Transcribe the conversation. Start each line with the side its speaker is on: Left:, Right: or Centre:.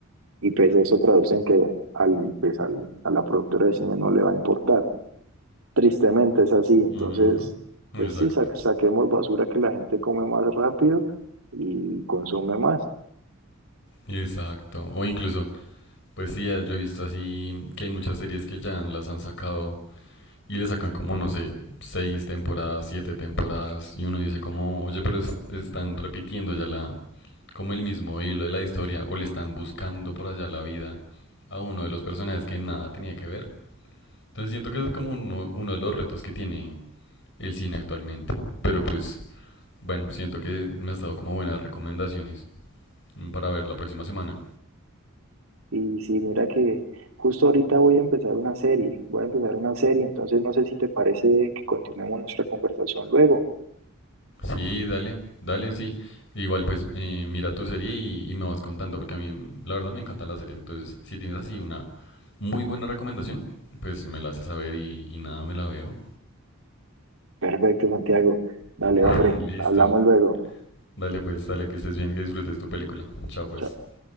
Right: Y pues eso traduce en que al, pues, al- a la productora de cine no le va a importar. Tristemente es así, entonces,
Left: ujú, exacto.
Right: pues sí, sa- saquemos basura que la gente come más rápido y consume más.
Left: Exacto. O incluso, pues sí, eh, yo he visto así que hay muchas series que ya las han sacado y le sacan como, no sé, seis temporadas, siete temporadas y uno dice como, oye, pero es- están repitiendo ya la, como el mismo hilo de la historia o le están buscando por allá la vida a uno de los personajes que nada tenía que ver. Entonces siento que ese es como uno, uno de los retos que tiene el cine actualmente. Pero pues, bueno, siento que me has dado como buenas recomendaciones mm, para ver la próxima semana.
Right: Y sí, mira que justo ahorita voy a empezar una serie, voy a empezar una serie, entonces no sé si te parece que continuemos nuestra conversación luego.
Left: Sí, dale, dale, sí. Igual, pues eh, mira tu serie y, y me vas contando, porque a mí la verdad me encantan las series. Entonces, si tienes así una muy buena recomendación, pues me la haces saber y, y nada, me la veo.
Right: Perfecto, Santiago. Dale,
Left: <laughs>
Right: hombre,
Left: Listo.
Right: hablamos luego.
Left: Dale, pues, dale, que estés bien, que disfrutes tu película. Chao, pues.
Right: Chao.